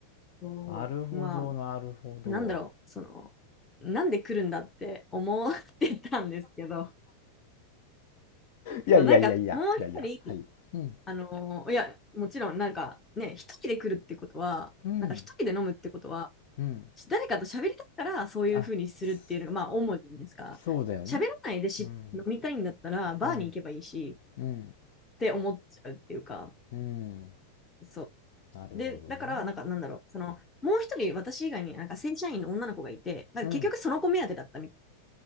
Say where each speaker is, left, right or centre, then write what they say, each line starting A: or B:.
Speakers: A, on the left; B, on the left.
A: そうま
B: なるほど、なるほど。
A: あ、なんだろう、その、なんで来るんだって思ってたんですけど、
B: いやいやいやいや、
A: そう、なんかもう一人、
B: いやいや、はい。うん、
A: あのーいや、もちろん、なんかね、一人で来るってことは、
B: うん、
A: なんか一人で飲むってことは、
B: うん。
A: し誰かと喋りたいからそういうふうにするっていうのが、
B: あ、そ
A: まあ、主じゃないですか。
B: そうだよね。
A: 喋らないでし飲みたいんだったら、
B: うん、
A: バーに行けばいいし、
B: うん、うん、
A: って思っちゃうっていうか、
B: うん。
A: そう。
B: なるほどね。
A: で、だから、なんか、なんだろう、その、もう一人、私以外になんか正社員の女の子がいて、なんか結局その子目当てだったみたい
B: うん。